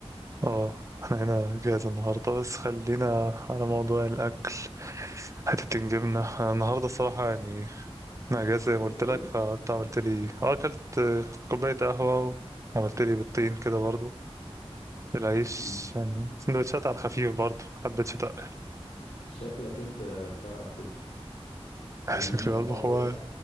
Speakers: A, on the right; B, on the left.
A: اه احنا هنا جاهز النهارده بس خلينا على موضوع الاكل حتتين جبنه انا النهارده الصراحه يعني انا جاهز زي ما
B: انت
A: قلت
B: فطرت
A: لك فانت عملت لي اه اكلت اه، كوبايه قهوه وعملت لي بالطين كده برضو بالعيش
B: مم.
A: يعني سندوتشات على الخفيف برضو حبيت شتاء
B: شكلك انت بتعرف تطبخ
A: <laughs>
B: بما
A: شكلي
B: انك
A: بطبخ
B: بقى ايه
A: هو